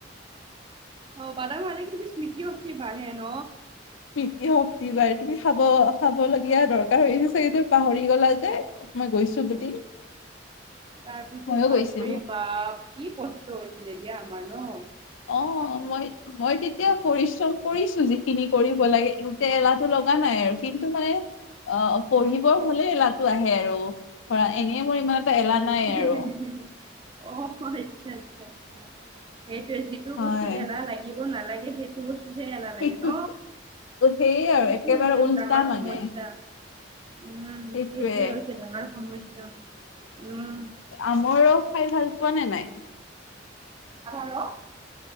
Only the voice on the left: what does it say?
স্মৃতিশক্তি বাৰে তুমি তুমি খাব খাব লগীয়া দৰকাৰ হৈছে চাগে তুমি পাহৰি গলা যে। মই গৈছো বুলি।
মইয়ো
গৈছিলো।
অ মই মই তেতিয়া পৰিশ্ৰম কৰিছো যিখিনি কৰিব লাগে গোটে এলাটো নাই কিন্তু মানে অ পঢ়িবৰ হলে এলাটো আহে আৰু ধৰা এনে মোৰ ইমান এটা এলাহ
নাই আৰু
হয়
সেইটোত
সেয়ে আৰু
একেবাৰে
উল্টা
মানে
সেইটোৱে
আমৰো খাই ভাল পোৱা নে নাই?